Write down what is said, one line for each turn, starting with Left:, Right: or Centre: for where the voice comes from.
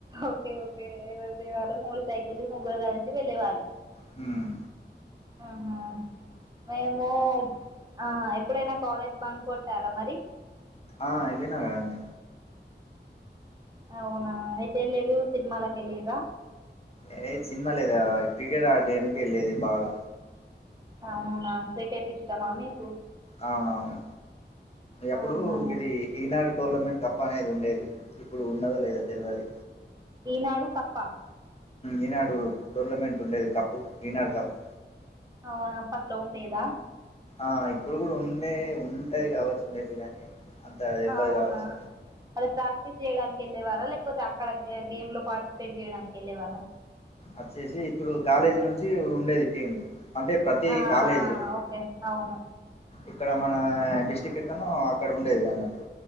Right: ఓకే ఒకే ఎవరి ది వాళ్ళు మూడు సైకిలు ముగ్గురు కలిసి వెళ్ళేవాళ్ళు
Left: హ్మ్
Right: ఆహా మేము ఆహా ఎప్పుడైనా కాలేజ్ బంకొట్టారా మరి
Left: ఆ ఏలినా కద అండి
Right: అవునా అయితే వెళ్లిరు సినిమాలకు వెళ్లిరా
Left: ఏ సినిమా లేదా క్రికెట్ ఆడడానికి వెళ్ళేది బాగా
Right: అవునా క్రికెట్ ఇష్టమా మీకు
Left: అవునవును ఎప్పుడు
Right: ఆహా
Left: ఇది ఈనాడు టోర్నమెంట్ తప్ప అనేది ఉండేది ఇప్పుడు ఉన్నది లేదో తెలువదు
Right: ఈనాడు కప్ప
Left: ఈనాడు టోర్నమెంట్ ఉండేది కప్పు ఈనాడు కప్పు
Right: అవున అప్పట్లో ఉండేదా
Left: ఆ ఇప్పుడు కూడా ఉంది ఉంటది కావచ్చు మే బి కానీ అంత తెలవదు
Right: అవునా
Left: కావచ్చు
Right: అది ప్రాక్టీస్ చేయడానికి వెళ్ళే వాళ్ళా లేకపోతే అక్కడ గేమ్ లో పార్టిసిపేట్ చేయడానికి వెళ్ళే వాళ్ళ
Left: అచ్చేసి ఇప్పుడు కాలేజీ నుంచి ఉండేది టీము అంటే ప్రతి
Right: అ
Left: కాలేజ్
Right: ఆ ఓకే అవును
Left: ఇక్కడ మన డిస్టిక్ట్ ఎక్కడనో అక్కడ ఉండేది అన్నట్టు